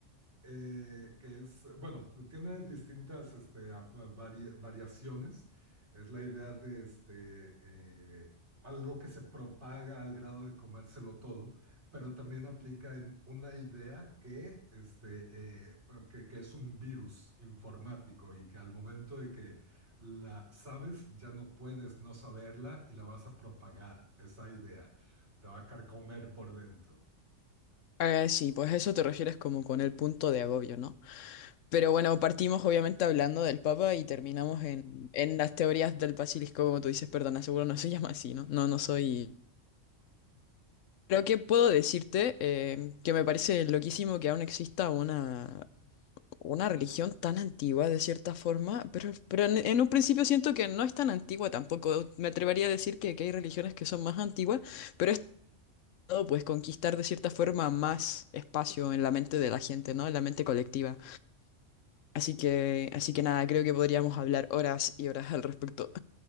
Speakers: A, on the right (about 60°); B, on the left (about 80°).
A: eh, que es, bueno, tiene distintas este, a- a- vari- variaciones. Es la idea de este, eh, algo que se propaga al grado de comérselo todo, pero también aplica en una idea que, este, eh, que, que es un virus informático y que al momento de que la sabes, ya no puedes no saberla y la vas a propagar, esa idea. Te va a carcomer por dentro.
B: Ah, eh, sí, pues a eso te refieres como con el punto de agobio, ¿no? Pero bueno, partimos obviamente hablando del Papa y terminamos en, en las teorías del basilisco, como tú dices, perdona, seguro no se <laughs> llama así, ¿no? No, no soy... Creo que puedo decirte eh, que me parece loquísimo que aún exista una una religión tan antigua de cierta forma, pero, pero en, en un principio siento que no es tan antigua tampoco. Me atrevería a decir que, que hay religiones que son más antiguas, pero es todo pues conquistar de cierta forma más espacio en la mente de la gente, ¿no? En la mente colectiva. Así que, así que nada, creo que podríamos hablar horas y horas al respecto.